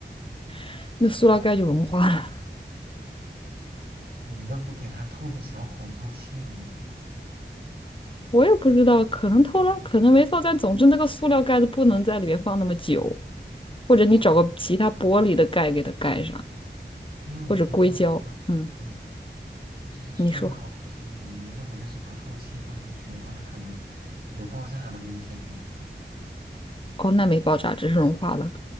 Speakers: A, on the left; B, on the right.
A: <laughs> 那塑料盖就融化了。
B: 嗯，你们都不给它透个小孔透气的吗？
A: 我也不知道，可能偷了，可能没偷，但总之那个塑料盖子不能在里面放那么久，或者你找个其他玻璃的盖给它盖上，
B: 啊，因为我听说好像，
A: 或者硅胶。嗯，
B: 嗯，就是塑料，
A: 你说，
B: 就是你你如果就是不透气放进去的话，它可能有爆炸的危险的。
A: 哦，那没爆炸，只是融化了。